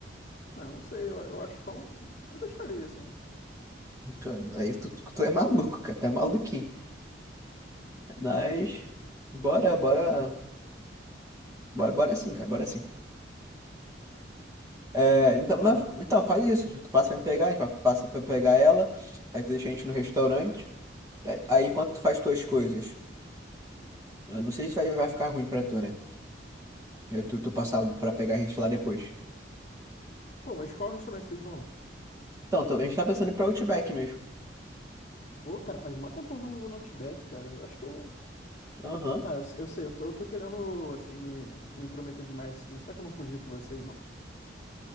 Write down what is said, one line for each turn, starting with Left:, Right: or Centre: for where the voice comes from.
Left: Ah, não sei, eu, eu acho tão. Eu deixaria assim.
Right: Pô, Aí tu, tu, tu é maluco, cara, tu é maluquinho. Mas bora, bora, bora, bora sim, cara, bora sim. É, então,
Left: Bora.
Right: mas- então faz isso, tu passa pra me pegar, a gente pa- passa pra pegar ela, aí tu deixa a gente no restaurante, aí aí enquanto tu faz tuas coisas, eu não sei se vai, vai ficar ruim pra tu, né? É, Tu, tu passar pra pegar a gente lá depois.
Left: Pô, mas qual restaurante vocês vão?
Right: Então, tô- a gente tá pensando em ir pra Outback mesmo.
Left: Pô, cara, faz mó tempo que eu não vou no Outback, cara. Eu acho que eu.
Right: Aham.
Left: Tá, eu, eu sei, eu tô, eu tô querendo, assim, me, me intrometer demais. Mas será que eu não podia ir com vocês, não?